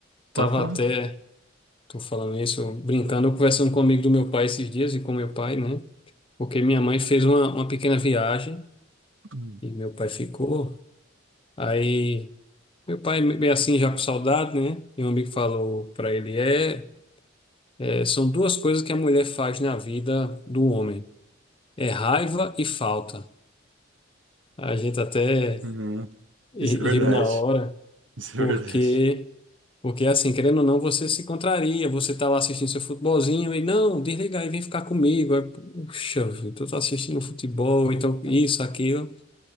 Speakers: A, on the right; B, on the left.
A: pode
B: tava
A: falar.
B: até, tô falando isso, brincando, conversando com um amigo do meu pai esses dias e com meu pai, né? Porque minha mãe fez uma, uma pequena viagem
A: Hum.
B: e meu pai ficou. Aí Meu pai é assim já com saudade, né? E um amigo falou para ele, é, é, são duas coisas que a mulher faz na vida do homem. É raiva e falta. A gente até
A: Uhum.
B: ri-
A: Isso é verdade.
B: riu na hora,
A: Isso
B: porque
A: é verdade.
B: porque é assim, querendo ou não, você se contraria, você tá lá assistindo seu futebolzinho e não, desliga aí, vem ficar comigo. Aí, puxa, vida, eu tô assistindo futebol, então isso, aquilo,